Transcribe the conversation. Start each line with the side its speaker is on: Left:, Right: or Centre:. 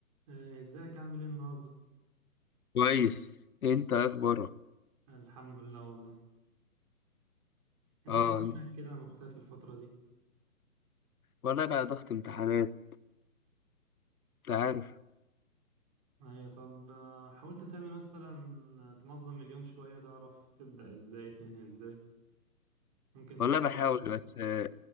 Right: آه، ازيك عامل ايه النهارده؟
Left: كويس انت إيه اخبارك
Right: الحمد لله والله انت
Left: اه
Right: فينك كده مختفي الفترة دي
Left: والله بقى ضغط امتحانات انت عارف
Right: ايوه طب آه، حاولت تعمل مثلا آه، تنظم اليوم شوية تعرف تبدأ ازاي تنهي ازاي ممكن
Left: والله
Right: تنظم
Left: بحاول بس آه،